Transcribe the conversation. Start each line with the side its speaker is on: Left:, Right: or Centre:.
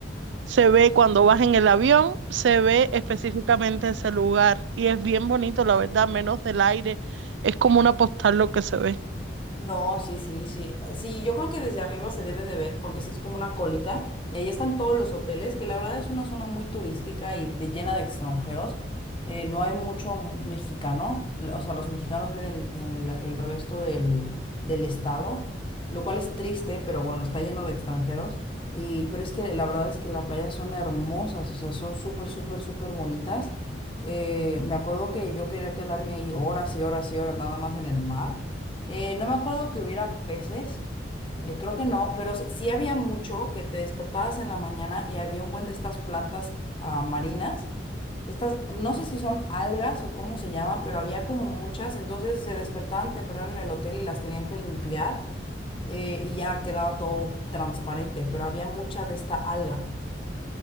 Right: Se ve cuando vas en el avión, se ve específicamente ese lugar y es bien bonito, la verdad, menos del aire. Es como una postal lo que se ve.
Left: No, sí, sí, sí. Sí, yo creo que desde arriba se debe de ver porque sí es como una colita y ahí están todos los hoteles, que la verdad es una zona muy turística y de, llena de extranjeros. Eh, no hay mucho mexicano, l- o sea, los mexicanos viven en la- el resto del, del estado, lo cual es triste, pero bueno, está lleno de extranjeros. Y, pero es que la verdad es que las playas son hermosas, o sea, son súper, súper, súper bonitas. Eh, me acuerdo que yo quería quedarme ahí horas y horas y horas nada más en el mar eh, no me acuerdo que hubiera peces, eh, creo que no, pero s- sí había mucho que te despertabas en la mañana y había un buen de estas plantas ah, marinas. Estas, no sé si son algas o cómo se llama, pero había como muchas, entonces se despertaban temprano en el hotel y las tenían que limpiar eh, y ya quedaba todo transparente, pero había mucha de esta alga.